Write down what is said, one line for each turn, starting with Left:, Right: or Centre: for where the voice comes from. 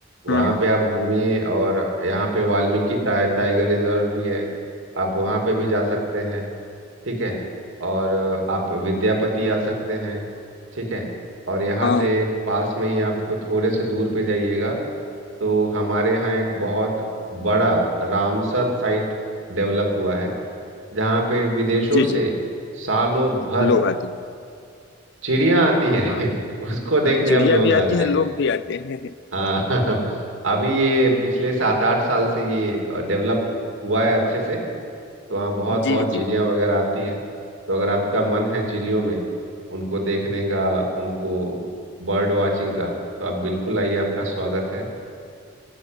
Right: वहाँ
Left: हुँ, हुँ।
Right: पे आप घूमिए और यहाँ पे वाल्मीकि टाइ- टाइगर रिजर्व भी है आप वहाँ पे भी जा सकते हैं ठीक है और अ, आप विद्यापति आ सकते हैं ठीक है और यहाँ
Left: हाँ,
Right: से पास में ही आपको थोड़े से दूर पे जाइएगा तो हमारे यहाँ एक बहुत बड़ा रामसर साइट डेवलप हुआ है जहाँ पे विदेशों
Left: जी,
Right: से
Left: जी,
Right: सालों भर
Left: लोग आते हैं।
Right: चिड़िया आती है
Left: हाँ,
Right: <laughs> उसको देखने
Left: अ, चिड़िया
Right: अब लोग
Left: भी
Right: आ
Left: आती
Right: रहे
Left: है,
Right: हैं
Left: लोग भी आते हैं। <laughs>
Right: हाँ <laughs> अभी ये पिछले सात आठ साल से ये डेवलप हुआ है अच्छे से तो हाँ बहुत बहुत
Left: जी, जी।
Right: चिड़िया वगैरह आती है तो अगर आपका मन है चिड़ियों में उनको देखने का उनको बर्ड वाचिंग का तो आप बिल्कुल आइए आपका स्वागत है